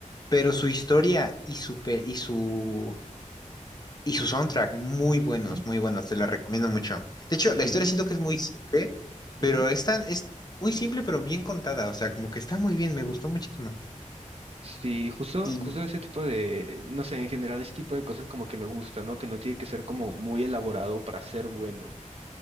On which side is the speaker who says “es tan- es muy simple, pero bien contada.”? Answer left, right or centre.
Left